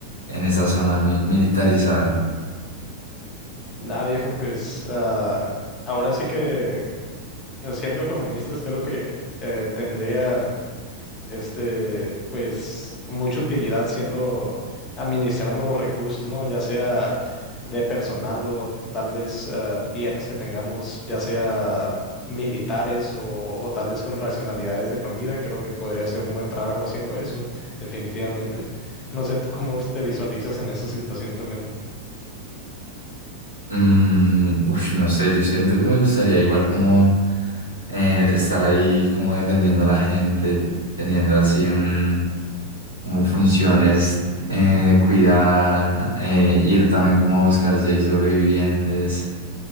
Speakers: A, on the right (about 90°); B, on the left (about 30°).
A: en esa zona mi- militarizada.
B: Nada, viejo, pues ah, ahora sí que, eh, siendo economistas, creo que eh, tendría... este, pues mucha utilidad siendo administrando los recursos, ¿no? Ya sea de personal o tal vez ah, bienes que tengamos, ya sea militares o, o tal vez con racionalidades de comida, creo que podría ser un buen trabajo haciendo eso, definitivamente. No sé, ¿tú cómo te visualizas en esa situación también?
A: Mm, uf, no sé, yo siento que me gustaría igual como eh, estar ahí como defendiendo a la gente, teniendo así un, como funciones eh, de cuidar, eh, ir también como a buscar si hay sobrevivientes.